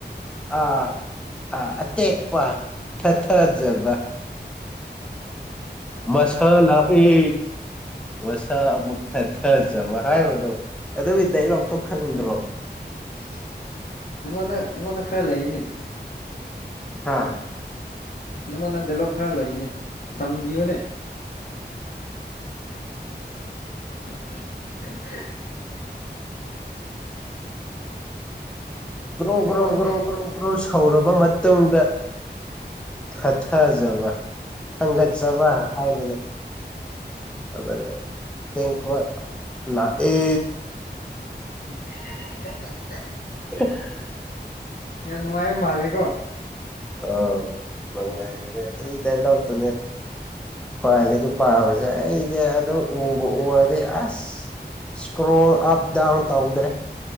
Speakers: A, in the centre; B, on the left.
A: ꯑꯥ ꯑꯥ ꯑꯇ‌ꯦꯛꯄ ꯊꯊꯥꯖꯕ ꯃꯁ ꯂꯥꯛꯑꯦ ꯃꯁꯥ ꯑꯃꯨꯛ ꯊꯥꯊꯖꯕ ꯍꯥꯏꯕꯗꯣ ꯑꯗꯨꯒꯤ ꯗꯥꯏꯂꯣꯛꯇꯣ ꯈꯡꯗ꯭ꯔꯣ
B: ꯑꯁ ꯅꯉꯣꯟꯗ ꯅꯉꯣꯟꯗ ꯈꯔ ꯂꯩꯅꯤ
A: ꯍꯥꯥ
B: ꯅꯪꯉꯣꯟꯗ ꯗꯂꯣꯛ ꯈꯔ ꯂꯩꯅꯦ ꯇꯝꯕꯤꯌꯨꯅꯦ ꯎꯝ ꯎꯝ ꯎꯝ
A: ꯒ꯭ꯔꯣ
B: ꯅꯪꯉꯣꯟ
A: ꯒ꯭ꯔꯣ ꯒ꯭ꯔꯣ ꯒ꯭ꯔꯣ ꯒ꯭ꯔꯣ ꯁꯧꯔꯕ ꯃꯇꯨꯡꯗ ꯊꯥꯊꯖꯕ ꯍꯟꯒꯠꯆꯕ ꯍꯥꯏꯕꯅꯤ ꯑꯗ ꯇꯦꯡꯀ‌ꯣꯠ ꯂꯛꯑꯦ
B: <inaudible>
A: <unintelligible>
B: ꯌꯥꯝ ꯅꯨꯡꯉꯥꯏ ꯃꯥꯜꯂꯦꯀꯣ
A: ꯑ ꯅꯨꯉꯥꯏꯔ‌ꯦ ꯑꯗꯨꯏ ꯗꯥꯏꯂ‌ꯣꯛꯇꯨꯅ‌ꯦ ꯈ꯭ꯋꯥꯏꯗꯒꯤ ꯄꯥꯕꯁꯦ ꯑꯩꯗꯤ ꯑꯗꯨ ꯎꯕꯨ ꯎꯔꯗꯤ ꯑꯁ ꯁꯀ꯭ꯔꯣꯜ ꯑꯞ ꯗꯥꯎꯟ ꯇꯧꯗ꯭ꯔꯦ